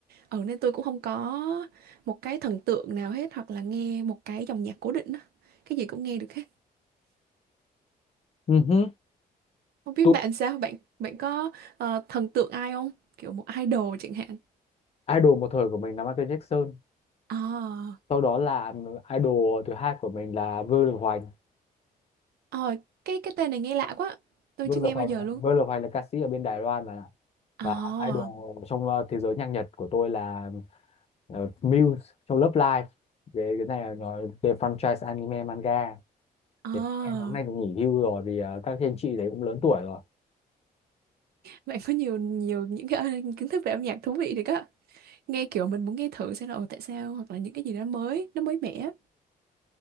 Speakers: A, on the right; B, on the left.
A: ừ, nên tôi cũng không có một cái thần tượng nào hết hoặc là nghe một cái dòng nhạc cố định đó. cái gì cũng nghe được hết
B: Ừ hứ.
A: không biết
B: Tôi
A: bạn sao bạn bạn có ờ, thần tượng ai không kiểu một idol chẳng hạn
B: idol một thời của mình là Michael Jackson.
A: à
B: Sau đó là idol thứ hai của mình là Vương Lực Hoành.
A: Ờ, cái cái tên này nghe lạ quá. Tôi
B: Vương
A: chưa nghe
B: Lực Hoành,
A: bao giờ luôn.
B: Vương Lực Hoành là ca sĩ ở bên Đài Loan mà
A: Ờ,
B: và idol trong ờ, thế giới nhạc Nhật của tôi là ờ, Muse trong Love Live. Cái, cái này là nói về franchise anime manga.
A: ờ.
B: Thì các em hôm nay thì nghỉ hưu rồi vì ờ, các anh chị đấy cũng lớn tuổi rồi.
A: Bạn có nhiều nhiều những cái <laughs> ờ, kiến thức về âm nhạc thú vị thì á. Nghe kiểu mình muốn nghe thử xem là ồ, tại sao hoặc là những cái gì đó mới, nó mới mẻ.